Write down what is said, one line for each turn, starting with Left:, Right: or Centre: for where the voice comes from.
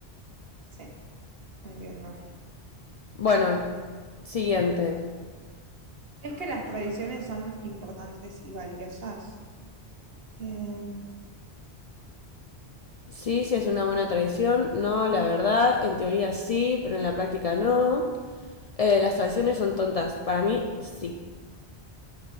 Right: Sí, entiendo.
Left: Bueno, siguiente.
Right: ¿Crees que las tradiciones son importantes y valiosas? Eh,
Left: Sí, sí es una buena tradición. No, la verdad, en teoría sí, pero en la práctica no. Eh, las tradiciones son tontas. Para mí, sí.